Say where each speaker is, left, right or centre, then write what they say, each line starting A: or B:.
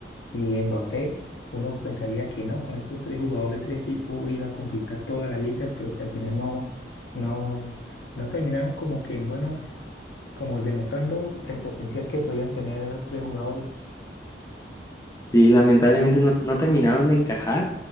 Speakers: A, on the left; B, on the left.
A: y Mbappé, uno pensaría que no, con estos tres jugadores ese equipo iba a conquistar todas las ligas, pero que al final no, no, no terminaron como que en buenos, como demostrando el potencial que podían tener esos tres jugadores.
B: Sí, lamentablemente no, no terminaron de encajar.